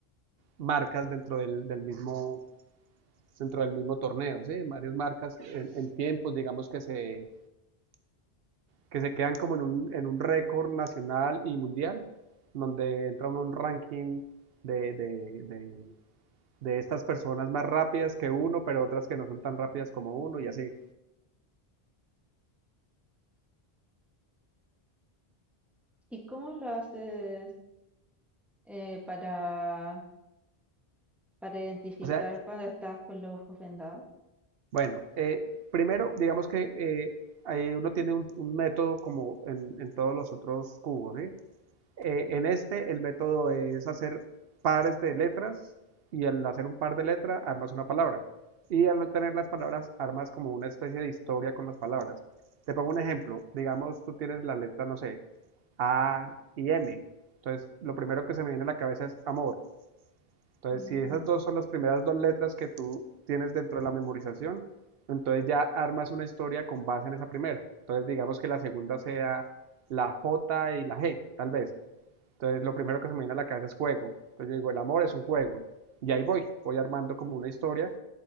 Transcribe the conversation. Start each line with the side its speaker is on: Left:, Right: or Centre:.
Right: marcas dentro del, del mismo, dentro del mismo torneo, ¿sí? Varias marcas en, en tiempos, digamos, que se que se quedan como en un, en un récord nacional y mundial, donde entra uno a un ranking de, de, de- de estas personas más rápidas que uno, pero otras que no son tan rápidas como uno y así.
Centre: ¿Y cómo lo haces eh, para, para identificar
Right: O sea,
Centre: cuando estás con los ojos vendados?
Right: bueno, eh, primero digamos que eh, ahí uno tiene un, un método como en, en todos los otros cubos, ¿sí? Eh, en este, el método es hacer pares de letras y al hacer un par de letras armas una palabra. Y al tener las palabras armas como una especie de historia con las palabras. Te pongo un ejemplo. Digamos, tú tienes la letra, no sé, A y M. Entonces, lo primero que se me viene a la cabeza es amor. Entonces,
Centre: Mm,
Right: si esas dos son las primeras dos letras que tú tienes dentro de la memorización, entonces ya armas una historia con base en esa primera. Entonces, digamos que la segunda sea la J y la G, tal vez. Entonces lo primero que se me viene a la cabeza es juego. Entonces yo digo, el amor es un juego. Y ahí voy, voy armando como una historia,